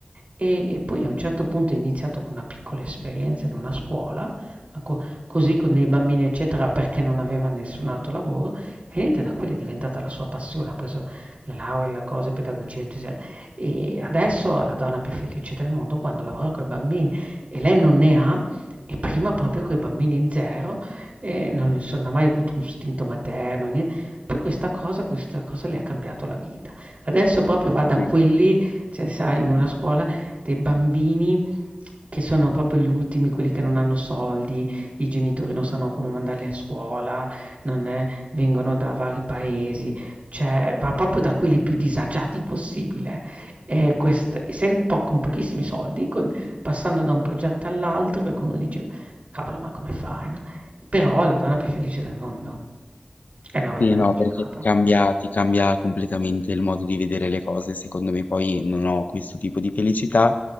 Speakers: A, on the right (about 55°); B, on the left (about 80°).
A: e, e poi a un certo punto è iniziato con una piccola esperienza in una scuola, ma co- così con dei bambini, eccetera, perché non aveva nessun altro lavoro, e niente, da quella è diventata la sua passione, ha preso la laurea, la cosa, in pedagogia, eccetera. E adesso è la donna più felice del mondo quando lavora con i bambini e lei non ne ha e prima proprio con i bambini zero eh, non ne sono mai avuto un istinto materno, niente. Poi questa cosa, questa cosa le ha cambiato la vita. Adesso proprio va da
B: sì,
A: quelli, cioè sai, in una scuola dei bambini che sono proprio gli ultimi, quelli che non hanno soldi, i genitori non sanno come mandarli a scuola, non è- vengono da vari paesi, cioè va proprio da quelli più disagiati possibile. E quest essen po con pochissimi soldi, con passando da un progetto all'altro, perché uno dice: "Cavolo, ma come fai, no?" Però è la donna più felice del mondo, e non l'avrei
B: Sì,
A: mai
B: no,
A: immaginata.
B: perché ti cambia ti cambia completamente il modo di vedere le cose. Secondo me poi non ho questo tipo di felicità,